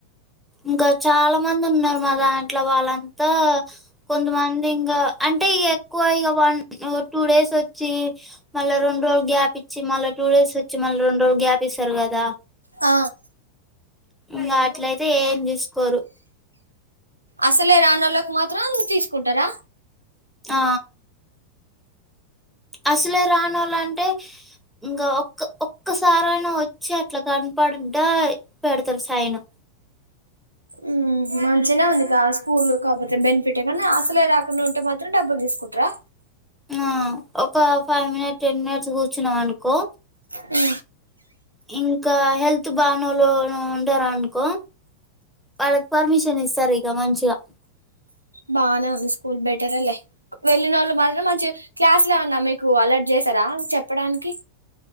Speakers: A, in the centre; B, on the right.
A: ఇంకా చాలా మంది ఉన్నారు మా దాంట్ల వాళ్ళంతా కొంతమంది ఇంగా అంటే అంటే ఇగ ఎక్కువ ఇగ వన్ టూ డేస్ వొచ్చి మళ్ళ రెండు రోజులు గ్యాప్ ఇచ్చి మళ్ళ టూ డే సి వచ్చి మళ్ళీ రెండ్రోలు గ్యాప్ ఇస్తారు కదా
B: ఆ
A: ఇంగా అట్లయితే ఏం చెసుకోరు
B: అసలే రానోళ్ళకి మాత్రం తీసుకుంటరా
A: ఆ అసలే రానోళ్లంటే ఇంకా ఒక్క ఒక్కసారయినా వొచ్చి అట్లా కనపడుదయి పెడతరు సైన్
B: మ్ మంచిగనే ఉంది గా స్కూలు కాకపోతే బెనిఫిటే గాని అసలే రాకుండా ఉంటే మాత్రం డబ్బులు తీసుకుంట్రా
A: ఆ ఒక ఫైవ్ మినిట్ టెన్ మినిట్స్ కూర్చున్నాం అనుకో
B: మ్
A: ఇంకా హెల్త్ బానోళ్లు ఎవరన్నా ఉంటరనుకో వాళ్ళకి పర్మిషన్ ఇస్తరు ఇగ మంచిగా
B: బానే ఉంది స్కూ పూల్ బెటరేలే వెళ్ళినోళ్ళు మాత్రం మంచి క్లాస్లు ఏమన్నా మీకు అలర్ట్ చేసారా చెప్పడానికి